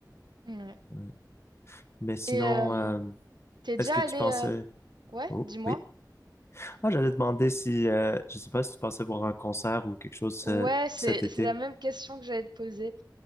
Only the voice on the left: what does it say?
ouais. Mais sinon,
euh,
est-ce que
tu pensais...
Oh,
oui. Ah, j'allais demander si, euh, je sais pas si tu pensais voir un concert ou quelque chose
euh,
cet été.